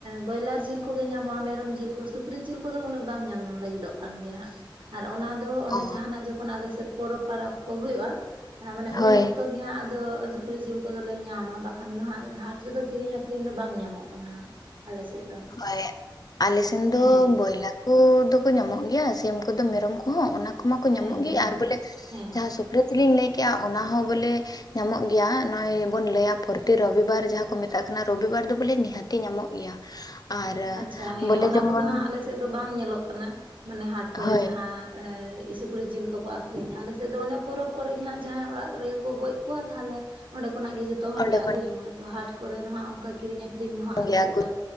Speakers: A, on the right; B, on the left.
A: ᱵᱚᱭᱞᱟᱨ ᱡᱤᱞ ᱠᱚ ᱜᱮ ᱧᱟᱢᱚᱜᱼᱟ᱾ ᱢᱮᱨᱚᱢ ᱡᱤᱞ ᱠᱚ ᱥᱩᱠᱨᱤ ᱡᱤᱞ ᱠᱚᱫᱚ ᱩᱱᱟᱹᱜ ᱵᱟᱝ ᱧᱟᱢ ᱞᱟᱹᱜᱤᱫᱚᱜ ᱠᱟᱱ ᱜᱮᱭᱟ ᱦᱟᱸᱜ ᱟᱨ ᱚᱱᱟ ᱫᱚ ᱚᱞᱮ
B: ᱚ
A: ᱚᱱᱮ ᱡᱟᱦᱟᱱᱟᱜ ᱡᱚᱠᱷᱚᱱ ᱟᱞᱮ ᱥᱮᱫ ᱯᱚᱨᱚᱵᱽ ᱯᱟᱨᱟᱵᱽ ᱠᱚ ᱦᱳᱭᱳᱜᱼᱟ ᱢᱟᱱᱮ
B: ᱦᱳᱭ
A: ᱩᱱ ᱚᱠᱛᱚ ᱜᱮ ᱦᱟᱸᱜ ᱟᱫᱚ ᱥᱩᱠᱨᱤ ᱡᱤᱞ ᱠᱚᱫᱚᱞᱮ ᱧᱟᱢᱟ ᱵᱟᱠᱷᱟᱱ ᱫᱚ ᱦᱟᱸᱜ ᱦᱟᱴ ᱨᱮᱫᱚ ᱠᱤᱨᱤᱧ ᱟᱹᱠᱷᱨᱤᱧ ᱫᱚ ᱵᱟᱝ ᱧᱟᱢᱚᱜ ᱠᱟᱱᱟ ᱦᱟᱸᱜ ᱟᱞᱮ ᱥᱮᱫ ᱫᱚ
B: ᱦᱳᱭ ᱟᱞᱮᱥᱮᱱ ᱫᱚ
A: ᱦᱮᱸ
B: ᱵᱚᱭᱞᱟᱨ ᱠᱚ ᱫᱚ ᱠᱚ ᱧᱟᱢᱚᱜ ᱜᱮᱭᱟ ᱥᱤᱢ ᱠᱚᱫᱚ ᱢᱮᱨᱚᱢ ᱠᱚᱦᱚᱸ ᱚᱱᱟ ᱠᱚᱢᱟ ᱠᱚ
A: ᱦᱮᱸ
B: ᱧᱟᱢᱚᱜ ᱜᱮᱭᱟ
A: ᱦᱮᱸ
B: ᱟᱨ
A: ᱦᱮᱸ
B: ᱵᱚᱞᱮ
A: ᱦᱮᱸ
B: ᱡᱟᱦᱟᱸ ᱥᱩᱠ ᱯᱩᱠᱷᱨᱤ ᱛᱮᱞᱤᱧ ᱞᱟᱹᱭᱠᱮᱜᱼᱟ ᱚᱱᱟ ᱦᱚᱸ ᱵᱚᱞᱮ ᱧᱟᱢᱚᱜ ᱜᱮᱭᱟ ᱱᱚᱜᱼᱚᱭ ᱵᱚᱱ ᱞᱟᱹᱭᱟ ᱯᱚᱨᱚᱛᱤ ᱨᱚᱵᱤᱵᱟᱨ ᱡᱟᱦᱟᱸ ᱠᱚ ᱢᱮᱛᱟᱜ ᱠᱟᱱᱟ ᱨᱚᱵᱤᱵᱟᱨ ᱫᱚ ᱵᱚᱞᱮ ᱱᱤᱦᱟᱹᱛᱤ ᱧᱟᱢᱚᱜ ᱜᱮᱭᱟ᱾
A: <inaudible>
B: ᱟᱨ
A: ᱟᱪᱪᱷᱟ ᱦᱮᱸ
B: ᱵᱚᱞᱮ
A: ᱚᱱᱟ
B: ᱡᱮᱢᱚᱱ
A: ᱠᱚᱫᱚ ᱦᱟᱸᱜ ᱟᱞᱮ ᱥᱮᱫ ᱫᱚ ᱵᱟᱝ ᱧᱮᱞᱚᱜ ᱠᱟᱱᱟ ᱢᱟᱱᱮ ᱦᱟᱴ ᱠᱚᱨᱮ
B: ᱦᱳᱭ
A: ᱡᱟᱦᱟᱸ ᱮ ᱥᱩᱠᱨᱤ ᱡᱤᱞ ᱠᱚᱠᱚ ᱟᱹᱠᱷᱨᱤᱧᱟ ᱟᱞᱮᱥᱮᱫ ᱫᱚ ᱚᱱᱮ ᱯᱚᱨᱚᱵᱽ ᱠᱚᱨᱮ ᱜᱮ ᱦᱟᱸᱜ ᱡᱟᱦᱟᱸᱭ ᱚᱲᱟᱜ ᱨᱮᱜᱮ ᱠᱚ ᱜᱚᱡ ᱠᱚᱣᱟ ᱛᱟᱦᱞᱮ ᱚᱸᱰᱮ ᱠᱷᱚᱱᱟᱜ ᱜᱮ ᱡᱚᱛᱚ ᱡᱷᱚᱛᱚ ᱦᱚᱲᱞᱮ
B: ᱚᱸᱰᱮ
A: ᱟᱹᱜᱩ
B: ᱠᱷᱚᱱ
A: ᱡᱚᱝᱟ ᱛᱚ ᱦᱟᱴ ᱠᱚᱨᱮ ᱫᱚ ᱦᱟᱸᱜ ᱚᱱᱠᱟ ᱠᱤᱨᱤᱧ ᱟᱠᱷᱨᱤᱧ ᱫᱚ ᱦᱟᱸᱜ ᱟᱞᱮ
B: ᱜᱮ
A: ᱥᱮᱫ
B: ᱟᱹᱜᱩ
A: ᱫᱚ